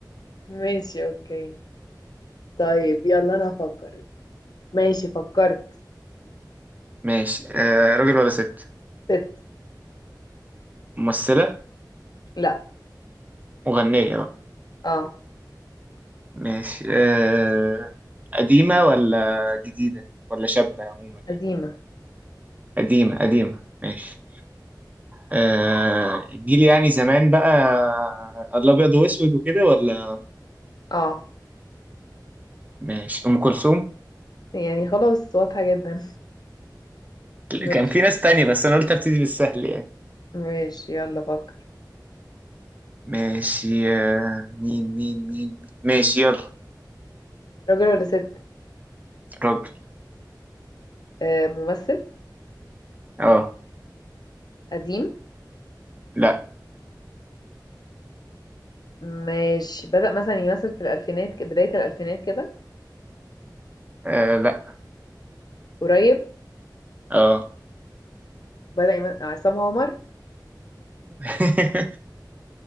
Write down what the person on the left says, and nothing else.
ماشي اوكي طيب يلا انا افكر ماشي فكرت
ست
لا
اه
عزيمة
اه
يعني خلاص واضحة جدا ماشي
ماشي يلا فكر
راجل ولا ست
آه ممثل
قديم
ماشي بدأ مثلا يمثل في الألفينات ك- بداية الألفينات كده
قريب
بدأ يمثل عصام عمر